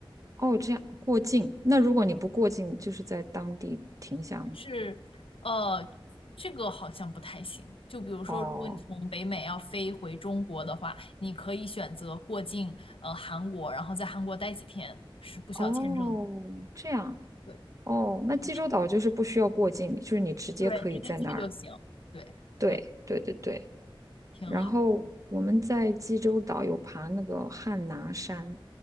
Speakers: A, on the right (about 35°); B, on the left (about 75°).
A: 哦，这样过境。那如果你不过境，就是在当地停下吗
B: 是，呃，这个好像不太行。就比如说，
A: 哦
B: 如果你从北美要飞回中国的话，你可以选择过境，呃，韩国，然后在韩国待几天，是不需要签证的。
A: 哦，这样
B: 对，
A: 哦，那济州岛就是不需要过境，
B: 直接
A: 就是你直接可以在那儿。
B: 对直接去就行，对，
A: 对对对对。
B: 可以，挺好。
A: 然后我们在济州岛有爬那个汉拿山，